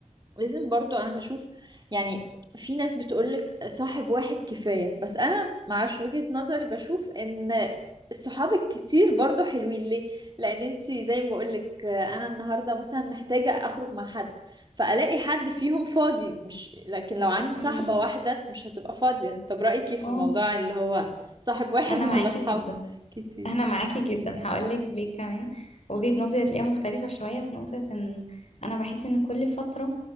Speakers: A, on the right; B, on the left.
A: لازم برضو انا بشوف يعني في ناس بتقولك صاحب واحد كفاية بس انا معرفش وجهة نظري بشوف ان الصحاب الكتير برضو حلوين ليه لان انتي زي ما بقولك آه، انا النهاردة مثلا محتاجة اخرج مع حد فالاقي حد فيهم فاضي مش لكن لو عندي صاحبة
B: امم
A: واحدة مش هتبقى فاضية طب رأيك ايه في
B: اه
A: الموضوع اللي هو صاحب واحد
B: انا
A: ولا
B: معاكي
A: صحاب
B: جدا
A: كتير
B: انا معاكي جدا هقولك ليه كمان وجهة
A: م.
B: نظري هتلاقيها مختلفة شوية في نقطة ان انا بحس ان كل فترة